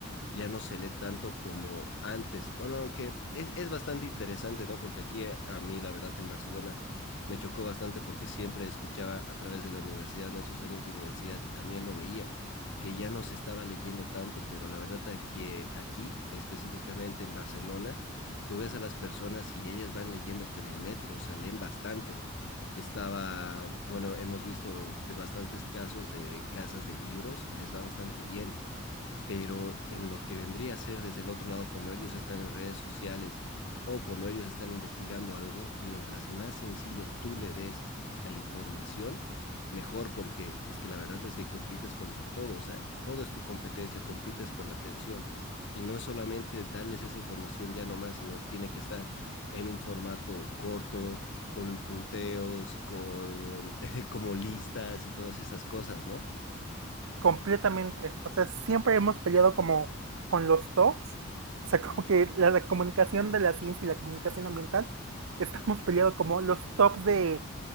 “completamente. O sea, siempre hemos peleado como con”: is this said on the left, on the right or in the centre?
Right